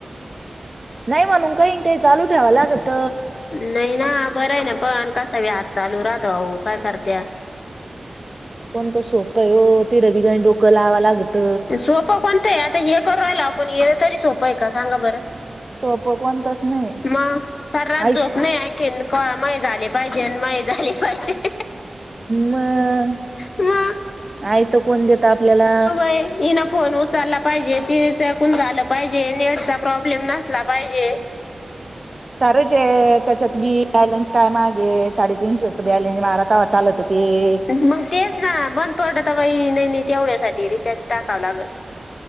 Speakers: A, on the right; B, on the left.
A: नाही म्हणून काही न काही चालू ठेवाव लागत.
B: नाही ना बरं आहे ना पण कसा भी हात चालू राहतो अहो काय करत्या.
A: कोणतं सोपं आहे हो तिड बी गणी डोकं लावा लागत
B: सोपं कोणतं आहे आता एक करु राहिलो आपण ये तरी सोपं आहे का सांगा बरं?
A: सोपं कोणतच नाही
B: मग सार रात
A: आईश
B: झोप नाही आनखिन. कवा मये झाले पाहिजे अन मये झाले पाहिजे.
A: मग
B: मग
A: आयत कोण देत आपल्याला.
B: ये ना फोन उचलला पाहिजे तिने त्यांच्याकुन झालं पाहिजे, नेटचा प्रॉब्लेम नसला पाहिजे.
A: सारच हे त्याच्यात बियल्यांची काय मागे साडेतीनशेच बॅलन्स मारा तेव्हा चालत ते.
B: मग तेच ना बंद पडत बाई नाही, नाही तेवढ्यासाठी रिचार्ज टाकावं लागलं.